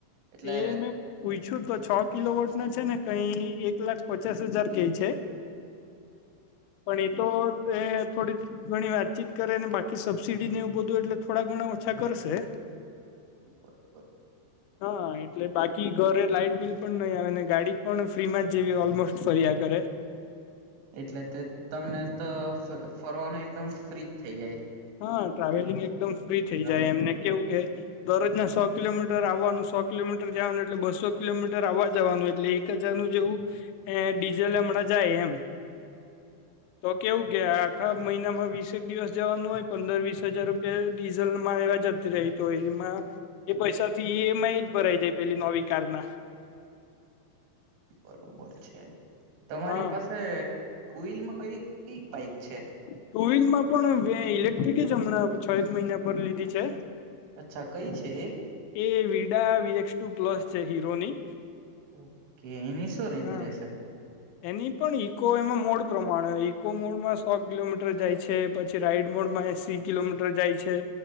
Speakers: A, on the right; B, on the left.
A: એટલે
B: એ મેં પૂછ્યું તો છ કિલો વોટ ના છે ને કઈ એક લાખ પચાસ હજાર કેય છે પણ ઈ તો તે થોડી ઘણી વાતચીત કરે ને બાકી સબસીડીને એવું બધું એટલે થોડા ઘણા ઓછા કરશે
A: બરોબર
B: હ એટલે બાકી ઘરે લાાઈટ બિલ પણ નહી આવે ને ગાડી પણ ફ્રીમાં જ જેવી ઓલમોસ્ટ ફર્યા કરે
A: એટલે તે તમને તો ફર ફરવાનું એકદમ ફ્રીજ થઈ જાય
B: હા ટ્રાવેલિંગ એકદમ ફ્રી થઇ
A: ટ્રાવેલિંગ
B: જાય એમને કેવું કે દરરોજના સો કિલોમીટર આવવાનું સો કિલોમીટર જાવાનું એટલે બસો કિલોમીટર આવવા જવાનું એટલે એક એક હજારનું જેવું ડીઝલ હમણાં જાય એમ તો કેવું કે આખા મહિનામાં વીસેક દિવસ જવાનું હોય પંદર વીસ હજાર રૂપિયા ડીઝલ માં એવા જતી રહી તો એમાં એ પૈસા થી ઈએમઆઈ જ ભરાઈ જાય પેલી નવી કાર ના
A: બરોબર છે તમારી
B: હા
A: પાસે ટુ વ્હીલ માં કઈ કઈ બાઈક છે
B: ટુ વિલમાં પણ એ ઇલેક્ટ્રિક જ હમણાં છ એક મહિના પર લીધી છે
A: અચ્છા કઈ છે એ
B: એ વિડા વીએક્સ ટુ પ્લસ છે હીરોની
A: ઓકે એની શું રેન્જ
B: હા.
A: રહેશે
B: એની પણ ઈકો એમાં મોડ પ્રમાણે ઈકો મોડમાં સો કિલોમીટર જાય છે પછી રાઈડ મોડ માં એસી કિલોમીટર જાય છે.